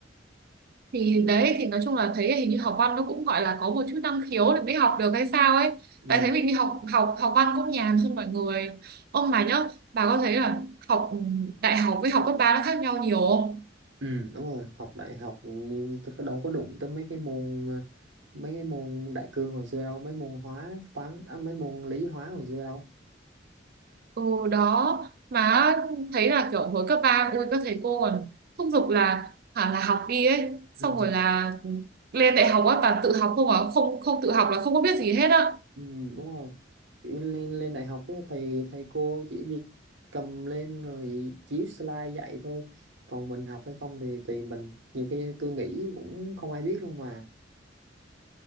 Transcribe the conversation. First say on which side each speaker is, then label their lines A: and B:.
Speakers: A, on the right; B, on the right.
A: thì đấy thì nói chung là thấy hình như học văn nó cũng gọi là có một chút năng khiếu để mới học được hay sao ấy
B: ừ,
A: tại thấy mình đi học học học văn cũng nhàn hơn mọi người ông mà nhớ bà có thấy là học ừ, đại học với học cấp ba nó khác nhau nhiều không
B: ừ đúng rồi học đại học nhưng tôi có- đâu có đụng tới mấy cái môn ờ, mấy cái môn đại cương hồi xưa đâu mấy môn hóa toán à, mấy môn lý hóa hồi xưa đâu
A: ừ đó mà thấy là kiểu hồi cấp ba ui các thầy cô còn thúc giục là hả là học đi ấy xong
B: ừ
A: rồi là lên đại học á toàn tự học không à không không tự học là không có biết gì hết á
B: Ừ, đúng rồi Kiểu lên lên đại học á, thầy thầy cô chỉ việc cầm lên rồi chiếu slide dạy thôi còn mình học hay không thì tùy mình nhiều khi tôi nghĩ cũng không ai biết luôn mà